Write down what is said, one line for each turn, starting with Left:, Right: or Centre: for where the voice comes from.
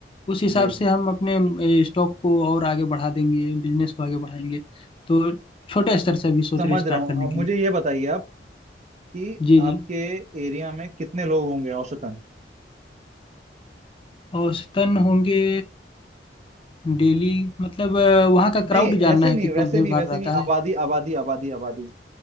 Left: उस हिसाब
Right: जी जी
Left: से हम अपने स्टॉक को और आगे बढ़ा देंगे बिजनेस को आगे बढ़ाएंगे तो छोटे स्तर से अभी सोच
Right: समझ
Left: रहे स्टार्ट
Right: रहा हूँ
Left: करने
Right: अब
Left: के
Right: मुझे
Left: लिए
Right: ये बताइए आप कि
Left: जी
Right: आपके
Left: जी
Right: एरिया में कितने लोग होंगे औसतन
Left: औसतन होंगे डेली मतलब अ, वहाँ का
Right: नहीं
Left: क्राउड जानना
Right: ऐसे
Left: है
Right: नहीं
Left: कितना
Right: वैसे
Left: भीड़
Right: नहीं
Left: भाड़
Right: वैसे
Left: रहता
Right: नहीं
Left: है
Right: आबादी आबादी आबादी आबादी